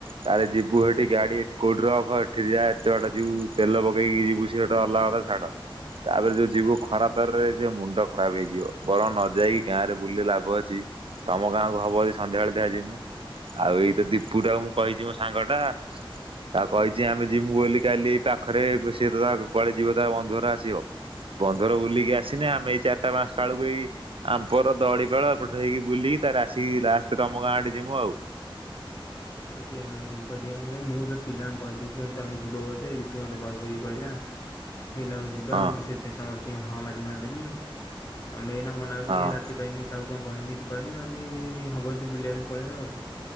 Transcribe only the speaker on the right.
ତାରେ ଯିବୁ ହେଠି ଗାଡ଼ି କୋଉଠି ରଖ ଏଠି ଯାଏ ଏତେ ବାଟା ଯିବୁ ତେଲ ପେଇକି ଯିବୁ। ଥିଏ ଟା ଅଲଗା କଥା ଛାଡ଼। ତା ପରେ ଯୋଉ ଯିବୁ ଖରା ତରାରେ ଯେଉଁ ମୁଣ୍ଡ ଖରାପେ ହେଇଯିବ ବରଂ ନ ଯାଇକି ଗାଁ ରେ ବୁଲିଲେ ଲାଭ ଅଛି। ତମ ଗାଁକୁ ହବ ଯଦି ସନ୍ଧ୍ୟାବେଳେ ଦେଖିଆ ଯିବୁ। ଆଉ ଏଇତ ଦୀପୁ ଟାକୁ ମୁଁ କହିଛି ମୋ ସାଙ୍ଗ ଟା। ତାକୁ କହିଛି ଆମେ ଯିବୁ ବୋଲି କାଲି ଏଇ ପାଖରେ ସିଏ ତ ତା କୁଆଡେ ଯିବ ତା ବନ୍ଧୁଘର ଆସିବ। ବନ୍ଧୁଘର ବୁଲିକି
ଆସିନେ ଆମେ ଏଇ ଚାରିଟା ପାଞ୍ଚଟା ବେଳକୁ ଏଇ ଆମ୍ପର ଦଡିପାଳ ଏପଟେ ହେଇକି ବୁଲିକି ତାର ଆସିକି ଲାଷ୍ଟ ତମ ଗାଁ ଆଡେ ଯିବୁ ଆଉ।
ହଁ
ହଁ